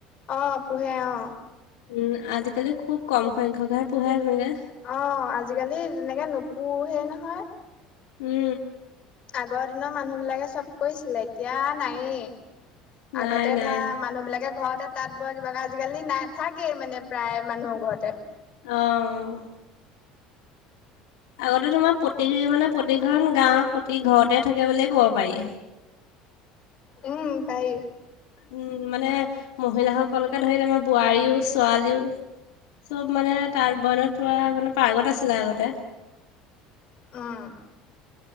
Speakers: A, on the left; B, on the left.
A: অ পোহে অ।
B: উম আজিকালি খুব কম সংখ্যক হে পোহে তেনেকে।
A: অ আজিকালি তেনেকে নোপোহে নহয়।
B: উম উ
A: আগৰ দিনৰ মানুহবিলাকে চব কৰিছিলে এতিয়া নায়েই। আগতে
B: নাই নাই
A: ধৰা মানুহবিলাকে ঘৰতে তাত বোৱা কিবা আজিকালি নাথাকেই মানে প্ৰায় মানুহৰ ঘৰতে।
B: অ আগতে তোমাৰ প্ৰতি মানে প্ৰতিখন গাঁৱৰ প্ৰতি ঘৰতে থাকে বুলিয়ে কব পাৰি।
A: উম পাৰি।
B: উম মানে মহিলাসকলকে ধৰি আমাৰ বোৱাৰীও ছোৱালীও চব মানে তাঁত বইনত পৰা মানে পাৰ্গত আছিলে আগতে।
A: উম